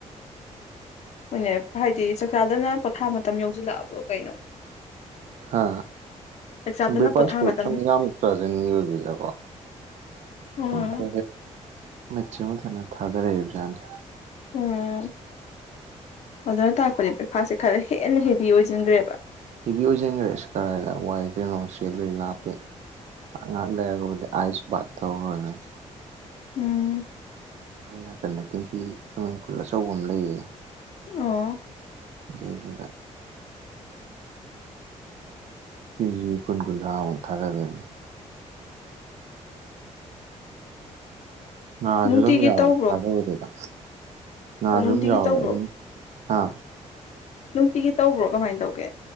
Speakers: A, on the left (about 60°); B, on the right (about 65°).
A: ꯍꯣꯏꯅꯦ ꯍꯥꯏꯗꯤ ꯆꯥꯛꯆꯥꯗꯅ ꯄꯣꯊꯥ ꯃꯇꯝ ꯌꯧꯁꯤꯜꯂꯛꯑꯕ꯭ꯔꯣ ꯀꯩꯅꯣ
B: ꯍꯥ
A: ꯆꯥꯛꯆꯥꯗꯅ
B: ꯕ꯭ꯔꯦꯛꯐꯥꯁꯇꯨ
A: ꯄꯣꯊꯥ ꯃꯇꯝ
B: ꯁꯨꯝ ꯌꯥꯝ ꯆꯥꯖꯤꯟꯒꯤꯕꯗꯨꯗ
A: ꯎꯝ
B: ꯀꯣ ꯃꯤꯠꯁꯤ ꯃꯊꯟꯗ ꯊꯥꯗꯔꯛꯏꯕ ꯖꯥꯠꯅꯤ
A: ꯎꯝ ꯑꯗꯨꯅ ꯇꯥꯛꯄꯗꯤ ꯕ꯭ꯔꯦꯛꯐꯥꯁꯁꯦ ꯈꯔ ꯍꯦꯟꯅ ꯍꯦꯚ ꯑꯣꯏꯁꯤꯟꯈ꯭ꯔꯦꯕ
B: ꯍꯦꯕꯤ ꯑꯣꯏꯖꯟꯈ꯭ꯔꯦ ꯑꯁ ꯀꯔꯥꯏꯗ ꯋꯥꯏ ꯀꯩꯅꯣ ꯆꯦꯜꯂꯨꯔꯤ ꯂꯥꯞꯄꯦ ꯉꯥꯏꯍꯥꯛ ꯂꯩꯔꯕꯨꯗꯤ ꯑꯥꯏꯁ ꯕꯥꯠ ꯇꯨꯔꯨꯔꯒ
A: ꯎꯝ
B: ꯑꯩꯈꯣꯏ ꯅꯥꯀꯟꯗ ꯇꯦꯡꯀꯤ ꯁ꯭ꯋꯤꯝꯃꯤꯡ ꯄꯨꯜ ꯑꯆꯧꯕ ꯑꯃ ꯂꯩꯌꯦ
A: ꯑꯣ
B: ꯑꯗꯨꯏꯗꯨꯗ ꯀꯦꯖꯤ ꯀꯨꯟ ꯀꯨꯟꯊ꯭ꯔꯥꯃꯨꯛ ꯊꯥꯗꯗꯣꯏꯅꯤ ꯉꯥꯁꯨ
A: ꯅꯨꯡꯇꯤꯒꯤ
B: ꯑꯗꯨꯝ ꯌꯥꯎꯔꯦ
A: ꯇꯧꯕ꯭ꯔꯣ
B: ꯊꯥꯖꯕꯗꯨꯗ ꯉꯥꯁꯨ
A: ꯑꯣ ꯅꯨꯡꯇꯤꯒꯤ
B: ꯑꯗꯨꯝ ꯌꯥꯎꯋꯦ
A: ꯇꯧꯕ꯭ꯔꯣ
B: ꯑꯗꯨꯝ ꯑꯥ
A: ꯅꯨꯡꯇꯤꯒꯤ ꯇꯧꯕ꯭ꯔꯣ ꯀꯃꯥꯏꯅ ꯇꯧꯒꯦ